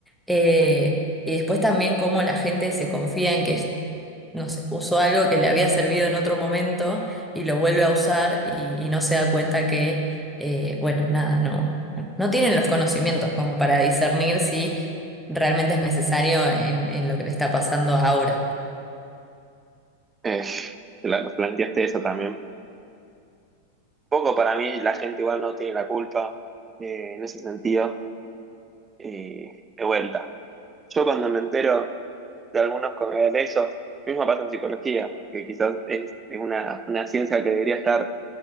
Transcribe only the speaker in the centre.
Eh, y después también cómo la gente se confía en que no sé, usó algo que le había servido en otro momento y lo vuelve a usar y, y no se da cuenta que, eh, bueno, nada, no, no tienen los conocimientos como para discernir si realmente es necesario en, en lo que le está pasando ahora.